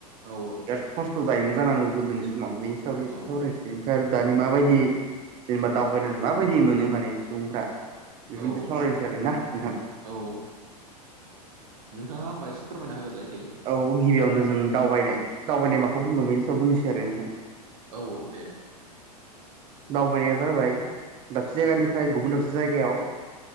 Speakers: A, on the right; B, on the right.
A: अ औ
B: बिराद खस्थ' जायोमोन जानांगौ गोदोनि सम। आव बेनि सायावनो एसे
A: औ
B: सावरायनोसै ओमफ्राय आरो दानि माबायदि जेनेबा दावबायनानै माबायदि मोनो। माने सुबुंफ्रा बेफोरनि
A: औ
B: सायाव सावरायनोसै आरोना नोंथां।
A: औ नोंथाङा होमबा एसे फोरमायना होग्रोलाय। दे
B: औ गिबियावनो जों दावबायनाय दावबायनाय माखौ बुङो बेनि सायाव बुंनोसै आरो नोंथां।
A: औ औ दे।
B: दावबायनाया जाबाय दाबसे जायगानिफ्राय गुबुन दाबसे जायगायाव